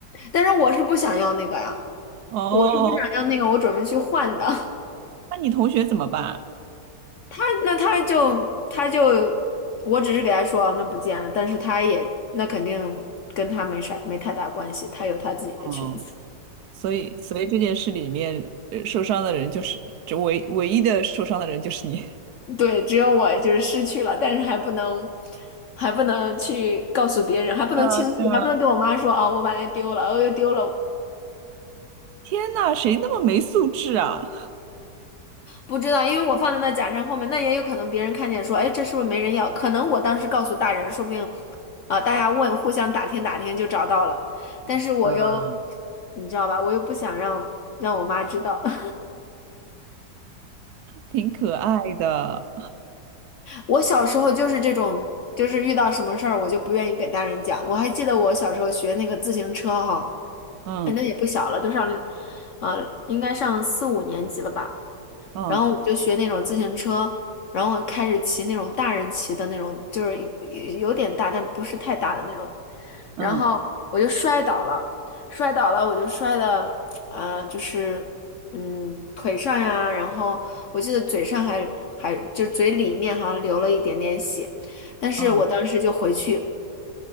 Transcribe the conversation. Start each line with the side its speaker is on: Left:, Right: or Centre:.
Left: 但是我是不想要那个呀，
Right: 哦，
Left: 我是不想要那个，我准备去换的。
Right: 那你同学怎么办？
Left: <laughs> 他那他就他就，我只是给他说啊那不见了，但是他也那肯定跟他没啥没太大关系，他有他自己的裙子。
Right: 嗯，所以所以这件事里面，呃受伤的人就是这唯唯一的受伤的人就是你。<laughs>
Left: <laughs> 对，只有我就是失去了，但是还不能，还不能去告诉别人，还不能倾诉，
Right: 对啊，对啊，
Left: 还不能跟我妈说啊，我把那丢了，我又丢了，
Right: 天呐，谁那么没素质啊？
Left: 不知道，因为我放在那假山后面，那也有可能别人看见说，哎，这是不是没人要？可能我当时告诉大人，说不定，啊、大家问，互相打听打听就找到了。但是我又，
Right: 啊，
Left: 你知道吧，我又不想让让我妈知道。<laughs>
Right: 挺可爱的，
Left: 我小时候就是这种，就是遇到什么事儿，我就不愿意给大人讲。我还记得我小时候学那个自行车哈，
Right: 嗯
Left: 哎，那也不小了，都上，呃，应该上四五年级了吧。
Right: 嗯
Left: 然后我就学那种自行车，然后开始骑那种大人骑的那种，就是一一有点大，但不是太大的那种。
Right: 嗯
Left: 然后我就摔倒了，摔倒了，我就摔的，呃，就是嗯腿上呀，然后我记得嘴上还还就是嘴里面好像流了一点点血，但是我当时就回去，
Right: 嗯，